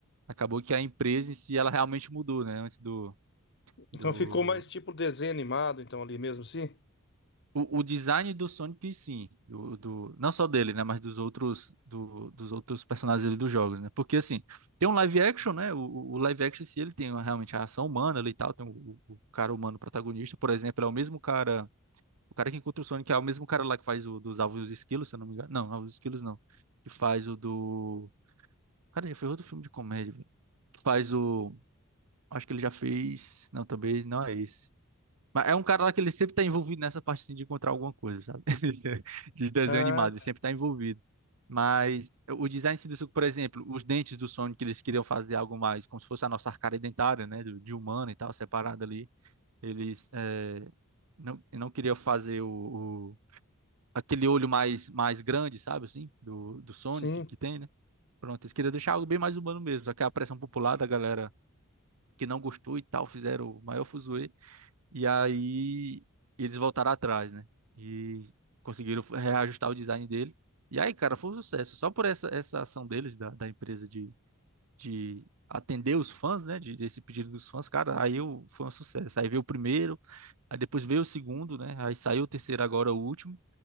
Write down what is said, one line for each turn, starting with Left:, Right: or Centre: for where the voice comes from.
Right: Acabou que a empresa em si, ela realmente mudou, né, antes do...
Left: Então
Right: do
Left: ficou mais tipo desenho animado, então, ali mesmo, sim?
Right: O, o design do Sonic, sim, do, do, não só dele, né, mas dos outros, do- dos outros personagens ali dos jogos, né? Porque assim, tem um live action, né? O, o- live action, se ele tem uma- realmente a ação humana ali e tal, tem o, o cara humano protagonista, por exemplo, é o mesmo cara, o cara que encontra o Sonic é o mesmo cara lá que faz o dos Alvos e os Esquilos, se eu não me engano. Não, Alvos e Esquilos não. Que faz o do. Cara, já fez outro filme de comédia, velho. Que faz o. Acho que ele já fez. Não, também não é esse. Mas é um cara lá que ele sempre tá envolvido nessa parte assim, de encontrar alguma coisa, sabe? <laughs> De desenho
Left: Ah,
Right: animado, ele sempre tá envolvido. Mas o design em si do Suco, por exemplo, os dentes do Sonic, que eles queriam fazer algo mais, como se fosse a nossa arcada dentária, né? do- De humano e tal, separada ali. Eles eh, não, não queriam fazer o, o- aquele olho mais, mais grande, sabe, assim, do, do Sonic
Left: sim.
Right: que tem, né? Pronto, eles queriam deixar algo bem mais humano mesmo. Só que a pressão popular da galera que não gostou e tal, fizeram o maior fuzuê. E aí eles voltaram atrás, né? E conseguiram reajustar o design dele. E aí, cara, foi um sucesso. Só por essa, essa ação deles, da, da empresa de, de atender os fãs, né? De, desse pedido dos fãs, cara, aí eu, foi um sucesso. Aí veio o primeiro, aí depois veio o segundo, né? Aí saiu o terceiro, agora o último.